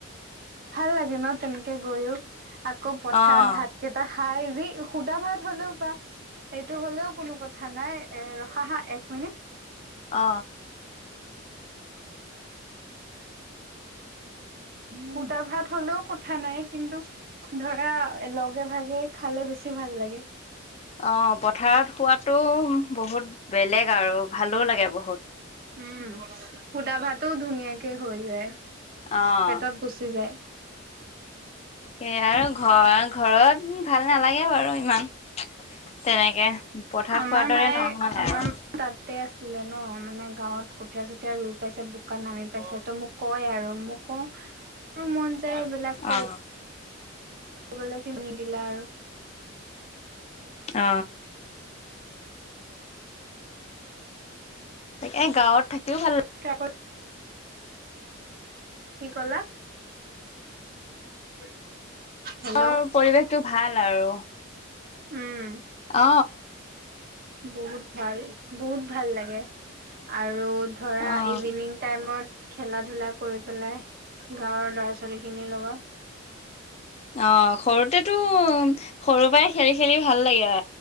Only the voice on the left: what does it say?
অ',
অ,
অ, পথাৰত খোৱাতো, বহুত বেলেগ আৰু ভালো লাগে বহুত।
অ'।
তাকে আৰু ঘৰ- ঘৰত ভাল নালাগে বাৰু ইমান তেনেকে। পথাৰত
খোৱাৰ দৰে,
নহয়
আৰু।
অ',
অ, এ, গাঁৱত থাকিও ভাল
ৰ, পৰিৱেশটো ভাল আৰু।
অ,
অ',
অ, সৰুতেটো সৰুৰ পৰাই খেলি-খেলি ভাল লাগে